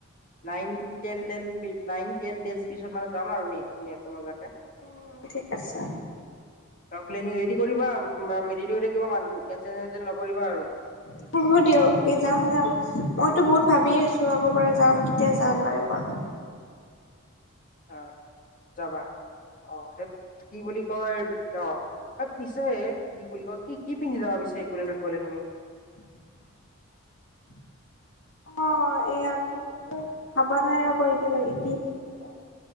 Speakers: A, on the left; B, on the left.
A: nine ten ten P nine ten there's পিছত মানে যাম আৰু ধুনীয়াকে মজাকে।
B: উম ঠিক আছে।
A: প্লেনিং ৰেডি কৰিবা আৰু ৰেডি হৈ থাকিবা মানুহটো কেনচেল চেনচেল নকৰিবা আৰু।
B: <inaudible> হ'ব দিয়ক, কি যাম-যাম। মইতো বহুত ভাবিয়েই আছো, আগৰ পৰা যাম কেতিয়া যাম এনেকুৱা কে? <inaudible>
A: অ', যাবা। অ', এ কি বুলি কয় অহ পিছে, কি বুলি কয়? কি-কি পিন্ধি যাবা পিছে, একোলেণ্ডত গলে তুমি?
B: <inaudible> অ', অ'। এইয়া কি বুলিব ভাবা নাই ৰ'ব এতিয়ালৈকে, কি পিন্ধি যাম?